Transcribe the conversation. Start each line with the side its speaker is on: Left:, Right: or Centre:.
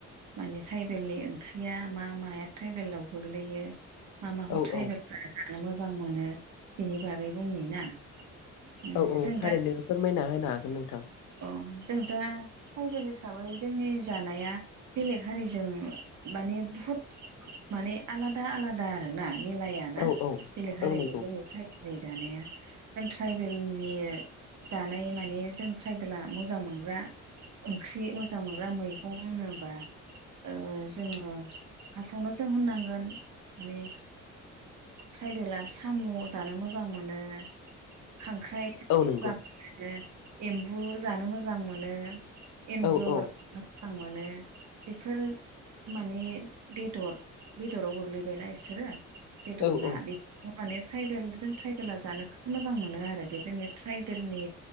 Right: माने ट्राइबेलनि ओंख्रिया मा माया ट्राइबेलाव गोग्लैयो मा माखौ
Left: औ
Right: ट्राइबेलफ्रा
Left: औ
Right: जानो मोजां मोनो बिनि बागै बुंनि ना उम
Left: औ औ
Right: जों
Left: थारैनो
Right: दा
Left: फोरमायना होनो हागोन नोंथां
Right: अ जों दा ट्राइबेल हिसाबै जोंनि जानाया बेलेग हारिजों माने बुहुत माने आलादा आलादा आरो ना मिलाया ना
Left: औ औ
Right: बेलेग हारिजों
Left: औ नंगौ
Right: जोंनि ट्रायबेल नि जानाया जों ट्राइबेलनि जानाय माने जों ट्राइबेला मोजां मोनग्रा ओंख्रि मोजां मोनग्रा मैगं होनोब्ला जोङो फार्स्टआवनो जों होननांगोन माने ट्राइबेला साम' जानो मोजां मोनो खांख्राइ
Left: औ नंगौ
Right: जानो मोजां मोनो एम्बु जानो मोजां मोनो एन्जर
Left: औ औ
Right: मोजां मोनो बेफोर माने बेदर बेदराव गोग्लैबायना बिसोरो बेदर
Left: औ
Right: ना
Left: औ
Right: बे माने ट्राइबेल जों ट्राइबेला जानो खोब मोजां मोनो आरो बे जोंनि ट्राइबेलनि